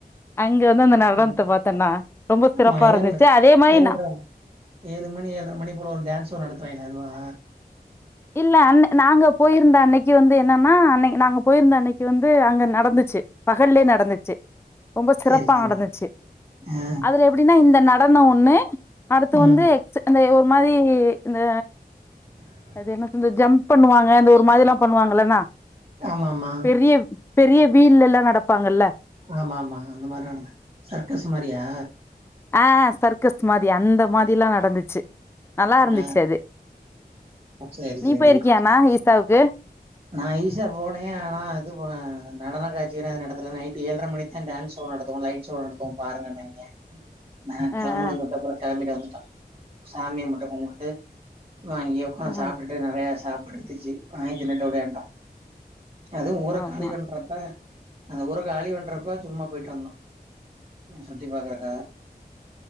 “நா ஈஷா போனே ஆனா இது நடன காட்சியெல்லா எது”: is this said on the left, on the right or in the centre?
Right